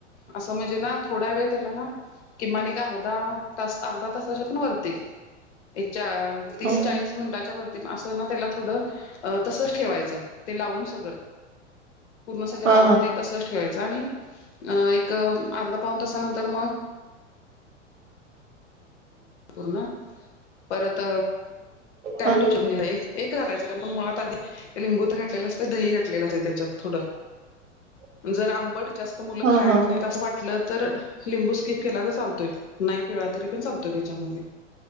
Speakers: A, on the left (about 65°); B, on the right (about 85°).
A: अस म्हणजे ना थोडा वेळ त्याला ना किमान एक अर्धा तास अर्धा तासाच्या पण वरती एक तीस
B: हा
A: चाळीस मिनटाच्या वरतीत ना त्याला थोडं तसच ठेवायचं ते लावून सगळं पूर्ण सगळ
B: हा हा
A: लावून ते तसंच ठेवायचं आणि एक अर्धा पाऊन तसानंतर मग पूर्ण परत टयटू
B: हा
A: चंगेला एक एक घलायचं कारण पण मुळात आधी लिंबू तर घातलेलं असते दही घातलेलं असत त्याच्यात थोडं
B: <unintelligible> <unintelligible>
A: जर आंबट जास्त मुलं खायत
B: हा हा हा
A: नाहीत असं वाटलं तर लिंबू स्किप केला तर चालतोय नाही पिळा तरी पण चालतो त्याच्यामध्ये